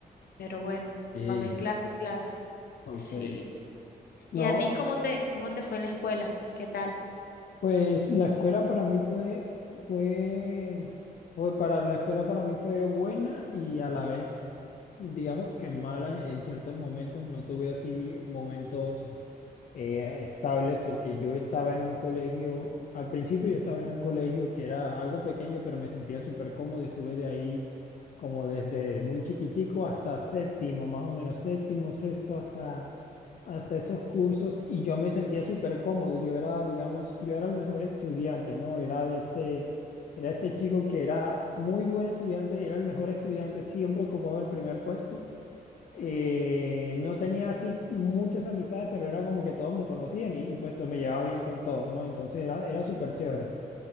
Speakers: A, on the left (about 75°); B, on the left (about 55°).
A: Pero bueno,
B: sí,
A: cuando es clase, es clase.
B: ok.
A: Sí.
B: No,
A: ¿Y a ti cómo te, cómo te fue en la escuela? ¿Qué tal?
B: Pues la escuela para mí fue, fue, fue para la escuela para mí fue buena y a la vez, digamos que mala en ciertos momentos. No tuve así momentos eh, estables porque yo estaba en un colegio, al principio yo estaba en un colegio que era algo pequeño, pero me sentía súper cómodo. Estuve de ahí como desde muy chiquitico hasta séptimo, más o menos séptimo, sexto, hasta hasta esos cursos y yo me sentía súper cómodo. Yo era, digamos, yo era el mejor estudiante, ¿no? Era de este, era este chico que era muy buen estudiante, era el mejor estudiante, siempre ocupaba el primer puesto. Eh, no tenía así muchas amistades, pero era como que todos me conocían y, y pues to- me llevaba bien con todos, ¿no? Entonces era, era súper chévere.